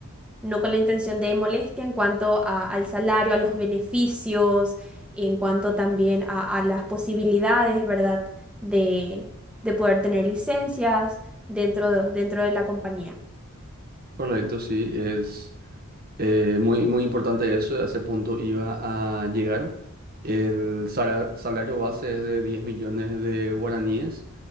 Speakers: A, in the centre; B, on the right.
A: no con la intención de molestia en cuanto a- al salario, a los beneficios, en cuanto también a, a las posibilidades, ¿verdad? De, de poder tener licencias dentro, dentro de la compañía.
B: Correcto, sí, es eh, muy, muy importante eso, a ese punto iba a llegar. El salar- salario base es de 10 millones de guaraníes.